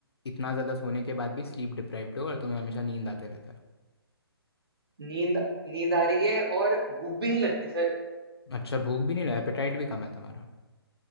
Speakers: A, on the left (about 75°); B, on the right (about 65°).
A: इतना ज़्यादा सोने के बाद भी स्लीप डिप्राइव्ड हो और तुम्हें हमेशा नींद आते रहता है
B: नींद नींद आ रही है और भूख भी नहीं लगती सर
A: अच्छा भूख भी नहीं लगा एपेटाइट भी कम है तुम्हारा